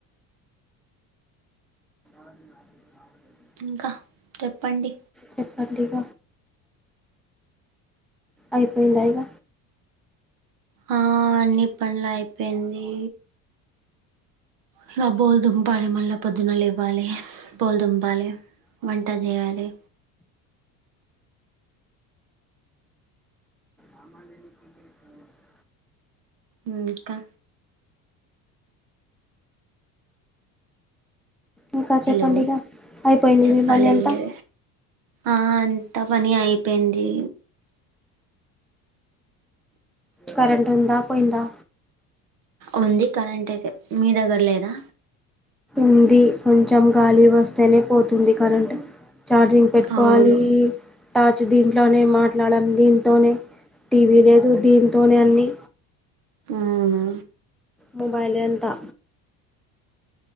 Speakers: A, in the centre; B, on the right (about 65°).
A: అ
B: ఇంకా చెప్పండి
A: చెప్పండి ఇగ అయిపోయిందా ఇగ
B: ఆ అన్ని పనులు అయిపోయింది హా బోలు దుంపాలి మళ్ళా పొద్దున్న లేవాలి బోలు దుంపపాలి వంట చేయాలి
A: <unintelligible>
B: ఉ ఇంకా
A: ఇంకా చెప్పండి
B: హలో
A: ఇగ అయిపోయింది
B: చెప్పాలి
A: మీ పని అంతా
B: మీరే ఆ అంత పని అయిపోయింది
A: కరెంట్ ఉందా పోయిందా
B: ఉంది కరెంట్ అయితే మీ దగ్గర లేదా
A: ఉంది కొంచెం గాలి వస్తేనే పోతుంది కరెంట్ ఛార్జింగ్ పెట్టుకోవాలి
B: అవును
A: టార్చ్ దీంట్లోనే మాట్లాడం దీంతోనే టీవీ లేదు దీంతోనే అన్ని
B: అవును
A: మొబైల్ ఐ అంతా